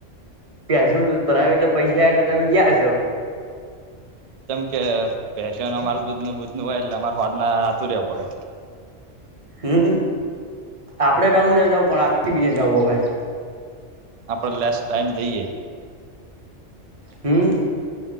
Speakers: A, on the right; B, on the right.
A: પ્યાજ નું દૂધ પરા એટલે પૈસા એટલે તમે ગયા છો.
B: એમ કે પેશન અમાર દૂધ ન દૂધ નું હોય એટલે અમાર સ્વાદના આતુર પડે
A: હમ આપડે રણું જ જ પણ આપ બીજે જવું હો ભાઈ-
B: આપડ લેસ્ટ ટાઈમ જઈએ
A: હમ